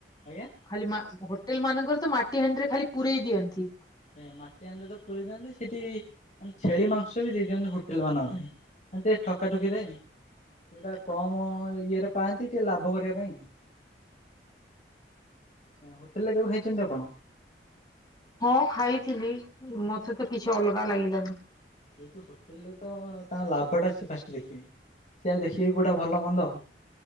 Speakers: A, on the left; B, on the left.
A: ଆଜ୍ଞା
B: ଖାଲି ମା ହୋଟେଲ ମାନଙ୍କର ତ ମାଟି ହାଣ୍ଡିରେ ଖାଲି ପୁରେଇ ଦିଅନ୍ତି।
A: ଏ ମାଟିହାଣ୍ଡି ତ ପୁରେଦିଅନ୍ତି ସେଠି ମାନେ ଛେଳି ମାଂସ ବି ଦେଇଦିଅନ୍ତି ହୋଟେଲ ମାନଙ୍କ ପାଇଁ। ମାନେ ଟିକେ ଠକ ଠକାଠୁକିରେ ଯୋଉଟା କମ ଇଏରେ ପାଆନ୍ତି ଟିକେ ଲାଭ କରିବା ପାଇଁ। ହୋଟେଲରେ କେବେ ଖାଇଛନ୍ତି ଆପଣ?
B: ହଁ, ଖାଇଥିଲି ମତେ ତ କିଛି ଅଲଗା ଲାଗିଲାନି।
A: ଯେହେତୁ ହୋଟେଲରେ ତ ତାଙ୍କ ଲାଭ ଟା ସେ ଫାଷ୍ଟ ଦେଖିବେ। ସିଏ ଆଉ ଦେଖିବ କୋଉଟା ଭଲ ମନ୍ଦ,